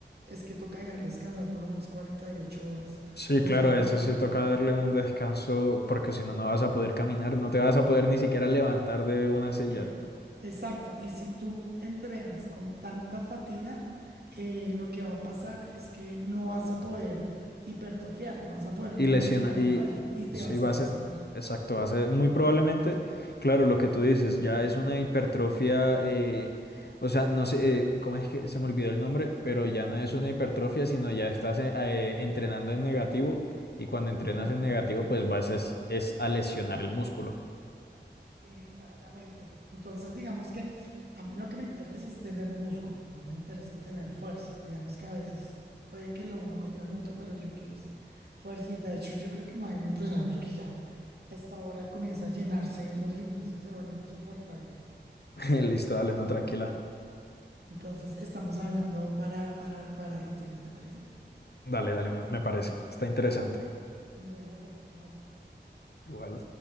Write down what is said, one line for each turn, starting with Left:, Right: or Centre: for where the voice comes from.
Right: es que toca dejarlo descansar por lo menos 48 horas,
Left: Sí,
Right: o
Left: claro,
Right: si no,
Left: a ese sí toca darle un descanso porque si no, no vas a poder caminar, no te vas a poder ni siquiera levantar de una silla.
Right: epa, exacto. Y si tú entrenas con tanta fatiga, eh, lo que va a pasar es que no vas a poder hipertrofiar, no vas a poder
Left: Y
Right: nunca
Left: lesiona,
Right: llegar
Left: y
Right: al fallo y te
Left: sí
Right: vas
Left: va
Right: a lesionar.
Left: a ser, exacto, va a ser muy probablemente, claro, lo que tú dices, ya es una hipertrofia, eh, o sea, no sé, eh, ¿cómo es que se me olvidó el nombre? Pero ya no es una hipertrofia, sino ya estás eh, eh, entrenando en negativo y cuando entrenas
Right: Ujú.
Left: en negativo, pues vas es, es a lesionar el músculo.
Right: Exactamente. Entonces, digamos que a mí lo que me interesa es tener músculo, no me interesa tener fuerza. Digamos que a veces puede que lo uno conlleva lo otro, pero yo quiero es fuercita. De hecho, yo creo que me voy a ir a entrenar porque ya a esta hora comienza a llenarse en los gimnasios y se vuelven insoportables.
Left: <laughs> Listo, dale, no, tranquila.
Right: Entonces, estamos hablando para, para, para rutinas, ¿te parece?
Left: Dale, dale, me, me parece, está interesante.
Right: Bueno, pues nada.
Left: Igual.